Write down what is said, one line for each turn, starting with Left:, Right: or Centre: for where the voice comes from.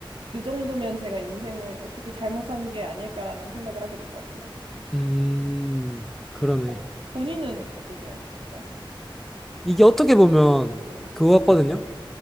Right: 그 정도면 제가 인생을 어떻게 잘못 산 게 아닐까라는 생각을 하게 될 것 같아요.
Centre: 음, 그러네.
Right: 어, 본인은 어떠세요? 약간,
Centre: 이게 어떻게 보면
Right: 네.
Centre: 그거 같거든요?